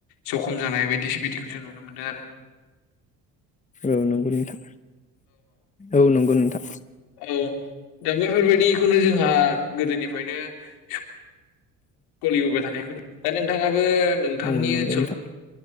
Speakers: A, on the left (about 85°); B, on the left (about 20°).
A: जखम जानाय बायदिस बिदिखौ जों नुनो मोनदो आरो
B: औ नंगौ नोंथां औ नंगौ नोंथां।
A: औ दा बेफोरबायदिखौनो जोंहा गोदोनिफ्रायनो <unintelligible> सोलिबोबाय थानायखौ दा नोंथाङा बो नोंथांनि
B: औ नंगौ
A: ओनसोल
B: नोंथां